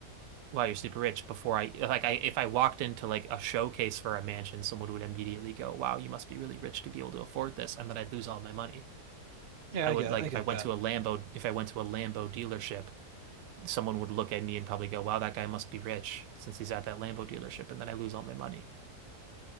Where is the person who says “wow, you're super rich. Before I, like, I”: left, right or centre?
Right